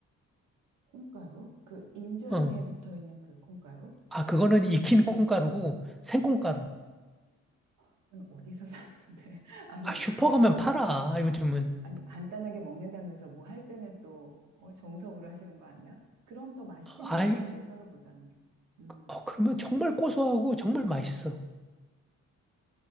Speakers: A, on the right (about 85°); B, in the centre.
A: 콩가루? 그 인절미에
B: 응.
A: 붙어 있는 그 콩가루?
B: 아, 그거는 익힌 콩가루고 생콩가루.
A: 음. 그건 어디서 사는데? <laughs> 아니,
B: 아, 슈퍼 가면 팔아, 요즘은.
A: 아니, 간단하게 먹는다면서 뭐 할 때는 또 어, 정석으로 하시는 거 아니야? 그럼 더 맛있긴
B: 아이,
A: 하겠다, 밀가루보다는. 음,
B: 어, 그러면 정말 고소하고 정말 맛있어.